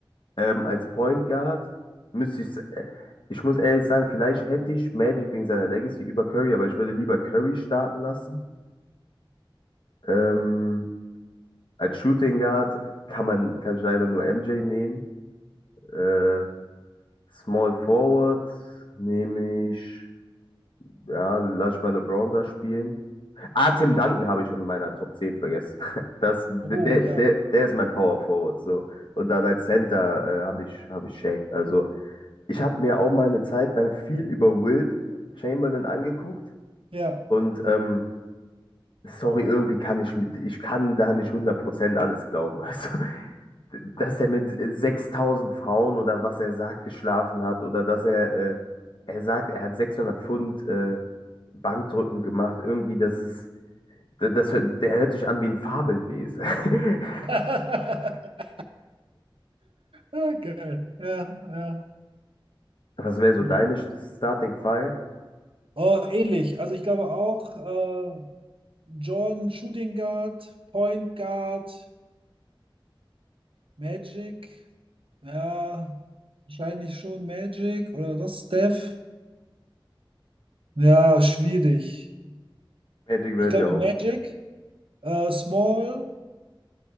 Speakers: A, on the left; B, on the right.
A: Ähm, als Point Guard müsste ich, s- äh, ich muss ehrlich sagen, vielleicht hätte ich Magic wegen seiner Legacy über Curry, aber ich würde lieber Curry starten lassen. Ähm, als Shooting Guard kann man, kann ich leider nur MJ nehmen. Äh, Small Forward nehme ich, ja, lass ich mal LeBron da spielen. Ah, Tim Duncan habe ich in meiner Top 10 vergessen. <laughs> Das, der,
B: Oh ja.
A: der, der ist mein Power Forward, so. Und dann als Center, äh, habe ich, habe ich Shaq. Also, Ich habe mir auch mal eine Zeit lang viel über Wilt Chamberlain angeguckt
B: Ja.
A: und ähm, sorry, irgendwie kann ich mit, ich kann da nicht hundert Prozent alles glauben. <laughs> Also, dass er mit äh, 6000 Frauen oder was er sagt, geschlafen hat oder dass er, äh, er sagt, er hat 600 Pfund äh, Bankdrücken gemacht, irgendwie, das ist, das, das, der hört sich an wie ein Fabelwesen. <laughs>
B: <laughs> Okay. Ja, ja.
A: Was wäre so
B: Mhm.
A: deine Starting Five?
B: Oh, ähnlich. Also ich glaube auch, äh, John Shooting Guard, Point Guard, Magic. Ja, wahrscheinlich schon Magic oder doch Steph. Ja, schwierig.
A: Magic wird
B: Ich glaube
A: ja auch.
B: Magic. Äh, Small,